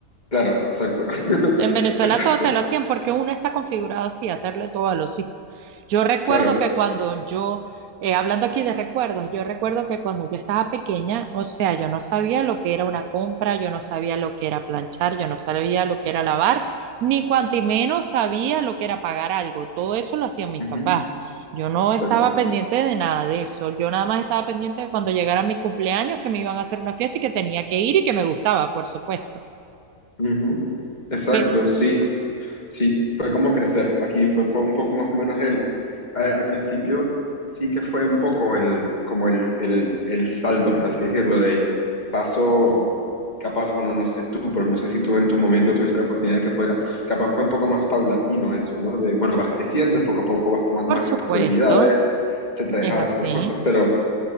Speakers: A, on the left; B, on the right.
A: Claro, exacto. <laughs>
B: En Venezuela
A: Exacto,
B: todo te lo hacían porque uno está configurado así, a hacerle todo a los hijos. Yo recuerdo
A: claro.
B: que cuando yo, eh, hablando aquí de recuerdos, yo recuerdo que cuando yo estaba pequeña, o sea, yo no sabía lo que era una compra, yo no sabía lo que era planchar, yo no sabía lo que era lavar, ni cuanto menos sabía lo que era pagar algo. Todo eso lo hacían mis
A: Ujú,
B: papás. Yo no
A: Exacto.
B: estaba pendiente de nada de eso. Yo nada más estaba pendiente de cuando llegara mi cumpleaños, que me iban a hacer una fiesta y que tenía que ir y que me gustaba, por supuesto.
A: Ujú, Exacto,
B: Pe-
A: sí, sí. Fue como crecer. Aquí fue po- un poco más o menos el. Al, al principio sí que fue un poco el, como el, el, el saldo, por así decirlo, de paso, capaz, bueno, no sé tú, pero no sé si tú en tu momento tuviste la oportunidad de que fuera. Capaz fue un poco más paulatino eso, ¿no? De, bueno, vas creciendo, poco a poco vas tomando
B: por
A: más
B: supuesto.
A: responsabilidades, se te deja
B: Es
A: de
B: así,
A: hacer las cosas, pero.